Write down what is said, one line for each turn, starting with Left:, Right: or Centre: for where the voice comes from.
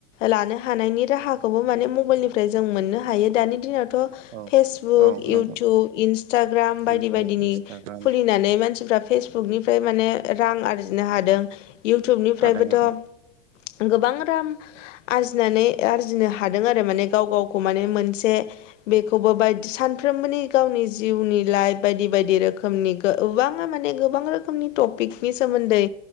Left: लानो हानायनि राहाखौबो माने मबाइलनिफ्राय जों मोननो हायो दानि दिनावथ'
Right: औ
Left: फेसबुक
Right: औ नंगौ
Left: इउटुब इन्सटाग्राम बायदि
Right: इउटुब
Left: बायदिनि
Right: इन्सटाग्राम
Left: खुलिनानै मानसिफ्रा फेसबुक निफ्राय माने रां आरजिनो हादों इउटुबनिफ्रायबोथ'
Right: हादों आरो
Left: गोबां राम आरजिनानै आरजिनो हादों आरो माने गाव गावखौ माने मोनसे बेखौबो बायद सानफ्रोमबोनि गावनि जिउनि लाइफ बायदि बायदि रोखोमनि गोबाङा माने गोबां रोखोमनि टपिकनि सोमोन्दै